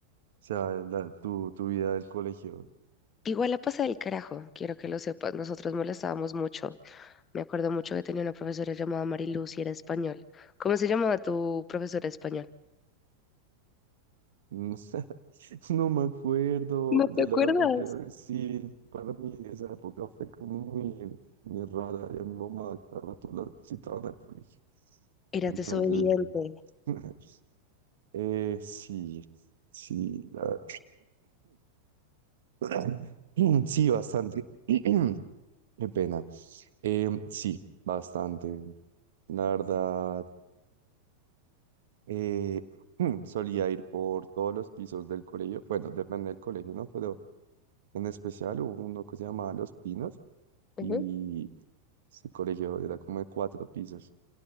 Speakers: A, on the right (about 60°); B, on the left (about 25°).
A: O sea, la- tu, tu vida del colegio.
B: Igual la pasé del carajo, quiero que lo sepas. Nosotros molestábamos mucho. Me acuerdo mucho que tenía una profesora llamada Mariluz y era español. ¿Cómo se llamaba tu profesora de español?
A: No <laughs> no me acuerdo,
B: ¿No te
A: de
B: acuerdas?
A: la verdad que sí, para mí esa época fue como muy, muy rara, y a mi mamá cada rato la citaban al colegio,
B: Eras
A: entonces,
B: desobediente.
A: <laughs> eh, sí, sí, la- <clears throat> sí, bastante, <clears throat> qué pena, Em, sí, bastante, la verdad, eh, <clears throat> solía ir por todos los pisos del colegio, bueno, depende del colegio, ¿no? Pero En especial hubo uno que se llamaba Los Pinos
B: Ujú,
A: y se corrigió, era como de cuatro pisos.